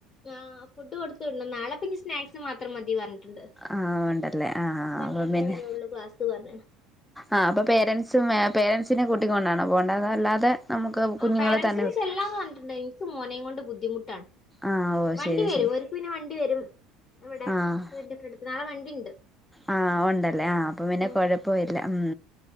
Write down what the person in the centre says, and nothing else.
ആഹ് ഉണ്ടല്ലേ ആഹ്
അപ്പൊ പിന്നെ
ആഹ് അപ്പൊ പേരന്റ്സും പേരൻസിന്റെ കൂട്ടി കൊണ്ടാണോ പോണ്ടത അല്ലാതെ നമുക്ക്
കുഞ്ഞുങ്ങളെ
തന്നെ വി
ആഹ് ഓ
ശരി
ശരി
ആഹ്
ആഹ് ഉണ്ടല്ലേ ആഹ് അപ്പൊ പിന്നെ
കൊഴപ്പ ഇല്ല ഉം